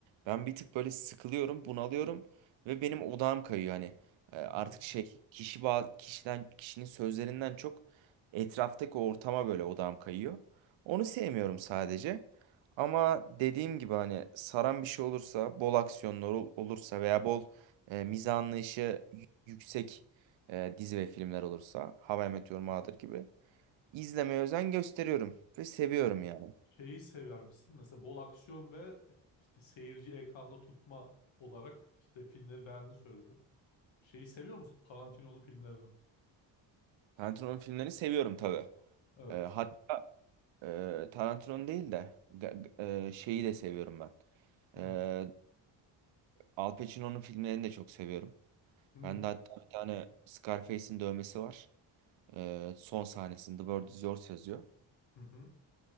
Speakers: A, on the right (about 70°); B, on the left (about 70°).
A: ben bir tık böyle sıkılıyorum, bunalıyorum ve benim odağım kayıyor hani E, artık
B: Hı hı.
A: şey kişi ba- kişiden kişinin sözlerinden çok etraftaki ortama böyle odağım kayıyor. Onu sevmiyorum sadece. Ama dediğim gibi hani saran bir şey olursa, bol aksiyonlar ol- olursa veya bol e, mizah anlayışı y- yüksek e, dizi ve filmler olursa How I Met Your Mother gibi izlemeye özen gösteriyorum ve seviyorum yani.
B: Şeyi sever misin? Mesela bol aksiyon ve e, işte seyirci ekranda tutma olarak işte filmleri beğendiğini söyledin. Şeyi seviyor musun? Tarantino'nun filmlerini.
A: Tarantino'nun filmlerini seviyorum tabii.
B: Evet.
A: E, hat, e, Tarantino'nun değil de ga- ga- e, şeyi de seviyorum ben.
B: Hı
A: E, Al Pacino'nun filmlerini de çok seviyorum.
B: hı
A: Ben de hatta bir tane Scarface'in dövmesi var. E, son sahnesinde The World Is Yours yazıyor.
B: hı hı.